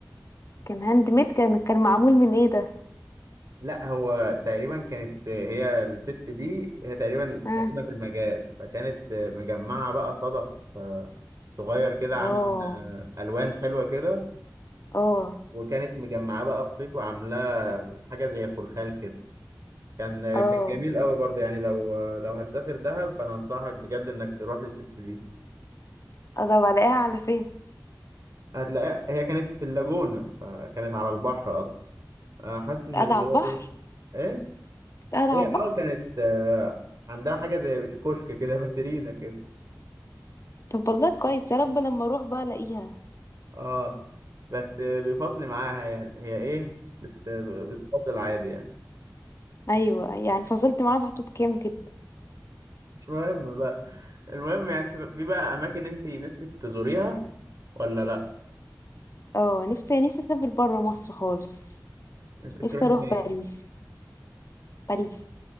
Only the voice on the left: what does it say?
كان هاند ميد كان كان معمول من ايه ده
ها
اه
اه
اه
طب الاقيها على فين
قاعدة
على البحر
قاعدة
على البحر
طب والله كويس يا رب لما اروح بقى الاقيها
ايوه يعني فصلت معاه في حدود كام كده
اه نفسي نفسي اسافر بره مصر خالص
نفسي
اروح
باريس باريس